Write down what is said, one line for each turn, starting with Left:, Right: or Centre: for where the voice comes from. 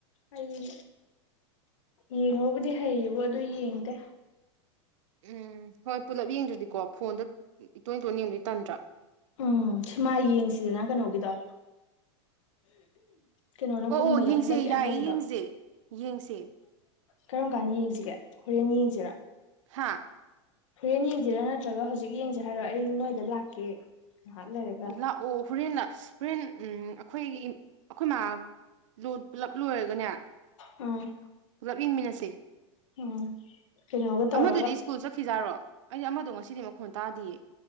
Left: ꯑꯩ ꯌꯦꯡꯉꯕꯨꯗꯤ ꯍꯩꯌꯦꯕꯣ ꯑꯗꯨ ꯌꯦꯡꯗꯦ
Right: ꯎꯝ ꯍꯣꯏ ꯄꯨꯂꯞ ꯌꯦꯡꯗ꯭ꯔꯗꯤꯀꯣ ꯐꯣꯟꯗ ꯏꯇꯣꯟ ꯏꯇꯣꯏ ꯌꯦꯡꯕꯗꯤ ꯇꯟꯗ꯭ꯔꯥ
Left: ꯎꯝ ꯁꯤꯃꯥ ꯌꯦꯡꯁꯤꯗꯅ ꯀꯩꯅꯣꯒꯤꯗꯣ ꯀꯩꯅꯣꯅ
Right: ꯑꯣ
Left: ꯀꯨꯝꯕꯗ
Right: ꯑꯣ ꯌꯦꯡꯁꯦ
Left: ꯍꯟꯗꯛꯀꯤ
Right: ꯌꯥꯏꯌꯦ
Left: ꯑꯅꯧꯕꯗꯣ
Right: ꯌꯦꯡꯁꯦ ꯌꯦꯡꯁꯦ
Left: ꯀꯔꯝ ꯀꯥꯟꯗ ꯌꯦꯡꯁꯤꯒꯦ ꯍꯣꯔꯦꯟ ꯌꯦꯡꯁꯤꯒ
Right: ꯍꯥꯥ
Left: ꯍꯣꯔꯦꯟ ꯌꯦꯡꯁꯤꯔꯥ ꯅꯠꯇ꯭ꯔꯒ ꯍꯧꯖꯤꯛ ꯌꯦꯡꯁꯦ ꯍꯥꯏꯔꯣ ꯑꯩ ꯅꯣꯏꯗ ꯂꯥꯛꯀꯦ ꯉꯥꯏꯍꯥꯛ ꯂꯩꯔꯒ
Right: ꯂꯥꯛꯑꯣ ꯍꯣꯔꯦꯟꯅ <unintelligible> ꯍꯣꯔꯦꯟ ꯎ ꯑꯈꯣꯏꯒꯤ ꯑꯈꯣꯏ ꯃꯃꯥꯗꯨ ꯄꯨꯂꯞ ꯂꯣꯏꯔꯒꯅꯦ
Left: ꯎꯝ
Right: ꯄꯨꯂꯞ ꯌꯦꯡꯃꯤꯟꯅꯁꯦ
Left: ꯎꯝ ꯀꯩꯅꯣꯒ ꯇꯧꯔꯒ
Right: ꯑꯃꯗꯨꯗꯤ ꯁ꯭ꯀꯨꯜ ꯆꯠꯈꯤꯖꯥꯔꯣ ꯑꯩꯗꯤ ꯑꯃꯗꯣ ꯉꯁꯤꯗꯤ ꯃꯈꯣꯟ ꯇꯥꯗꯤꯌꯦ